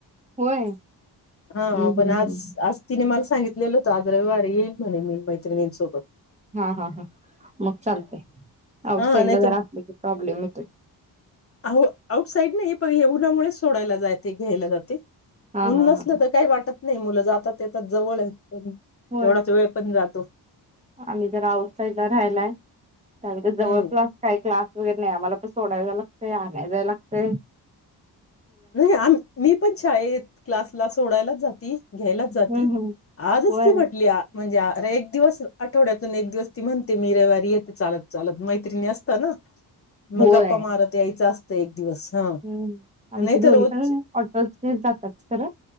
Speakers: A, on the right; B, on the left.
A: होय
B: हा
A: हम्म
B: पण
A: हम्म
B: आज
A: हम्म
B: आज तिने मला सांगितलेल होत आज रविवारी म्हणे मी मैत्रीणीन सोबत
A: हा हा हा मग चालतय आउट
B: हा
A: साईड
B: नाही
A: ला जरा असले की प्रॉब्लेम येतो.
B: आउट साईड नाही पण ये उनमुळेच सोडायला जाते घ्यायला जाते.
A: हा
B: ऊन
A: हा
B: नसल
A: हा
B: तर काय वाट त नाही मुलं जातात येतात जवळ आहे.
A: होय
B: तेवढाच वेळ जातो.
A: आम्ही जर आउटसाईडला राहायलाय. आणि इत जवळप्लास
B: हम्म.
A: काय क्लास वगैर नाही आम्हाला पण सोडाय जाय लागतय, आणाय‌ जाय लागतय.
B: नाही आम मी पण शाळेत क्लासला सोडायलाच जाती घ्यायलाच जाती
A: हम्म हम्म
B: आजच
A: होय
B: ती म्हटल्या म्हणजे अरे एक दिवस आठवड्यातून एक दिवस ती म्हणते मी रविवारी येते चालत चालत मैत्रिणी असत ना
A: होय.
B: मग गप्पा मारत यायचं असत. एक दिवस हा
A: हम्म आमचे
B: नाही
A: दोन्ही
B: तर रोज
A: पण <unintelligible> जाताच खरं